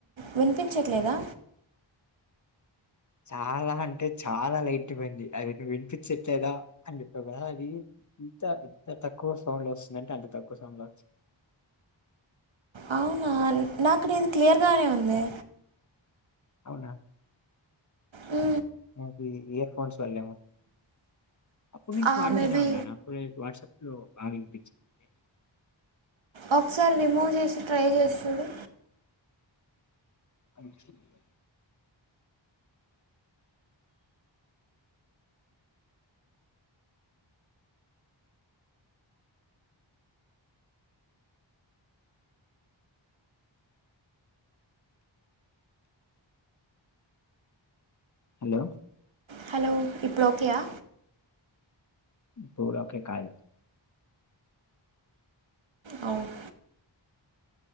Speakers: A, on the right; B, on the left.
A: విన్పించట్లేదా
B: చాలా అంటే చాలా లైట్ పోయింది అది నువ్వు విన్పిచ్చట్లేదా అని చెప్పావు కదా అది ఇంత ఎంత తక్కువ సౌండ్ లో వస్తుందంటే అంత తక్కువ సౌండ్ లో వచ్చి
A: అవునా నాకు లేదు క్లియర్ గానే ఉందే
B: అవునా
A: ఊ
B: నాకి ఇయర్ ఫోన్స్ తొల్లేము అప్పుడు నుంచి
A: ఆ
B: వాడుతానే
A: మేబీ
B: ఉన్నాను <unintelligible> వాట్సాప్ లో బాగ ఇన్పిచ్చింది
A: ఒకసారి రిమూవ్ చేసి ట్రై చేసి చూడు
B: మంచిగుంటాది హలో
A: హలో ఇప్పుడు ఓకే యా
B: ఇప్పుడు గూడ ఓకే కాదు
A: అవ్